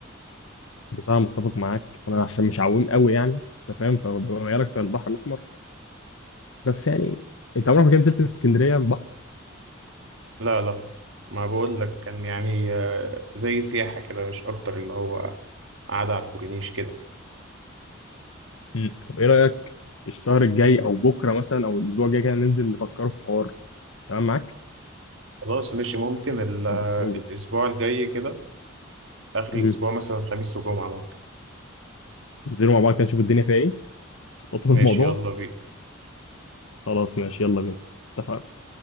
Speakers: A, on the left; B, on the right.
A: بصراحة متفق معاك أنا عشان مش عويم قوي يعني أنت فاهم فببقى ميال أكتر للبحر الأحمر بس يعني أنت عمرك ما كنت نزلت اسكندرية
B: لا لا ما بقول لك كان يعني آه، زي سياحه كده مش اكتر اللي هو قاعده على الكورنيش كده
A: مم. طب ايه رأيك الشهر الجاي او بكره مثلا او الاسبوع الجاي كده ننزل نفكروا في الحوار تمام معاك
B: خلاص ماشي ممكن ال- آه،
A: نبقى تخرجوا
B: الاسبوع الجاي كده اخر
A: مم.
B: الاسبوع مثلا خميس وجمعه ممكن
A: ننزلوا مع بعض كده نشوف الدنيا فيها ايه نخططوا
B: ماشي
A: الموضوع
B: يلا بينا
A: خلاص ماشي يلا بينا اتفقنا